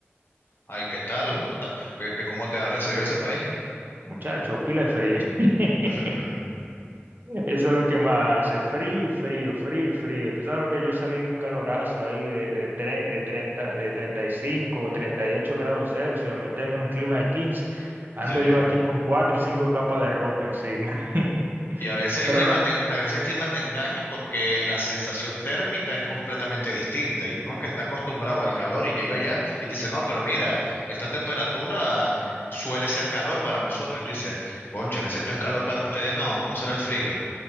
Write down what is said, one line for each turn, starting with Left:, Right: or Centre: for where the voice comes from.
Left: Ay, ¿qué tal?
Right: Bueno,
Left: ¿Cómo ta- qué- qué- cómo te ha recibido ese país?
Right: muchachos, pila de frío. <laughs>
Left: <laughs> Ujú.
Right: Eso es lo que más hace. Frío, frío, frío, frío. Tú sabes lo que yo salí de un calorazo ahí de, de, tre- de, treinta de 35 o 38 grados Celsius a meterme en un clima de 15. Ando
Left: Sí.
Right: yo aquí con cuatro y cinco capas de ropa encima. <laughs>
Left: Y a veces el
Right: Pero
Left: clima
Right: ra-
Left: te, en- a veces el clima te engaña porque la sensación térmica es completamente distinta y uno que está acostumbrado al calor y llega allá y te dice, no, pero mira, esta temperatura suele ser calor para nosotros. Y tú dices, cónchale, si esto es calor para ustedes, no, ¿cómo será el frío?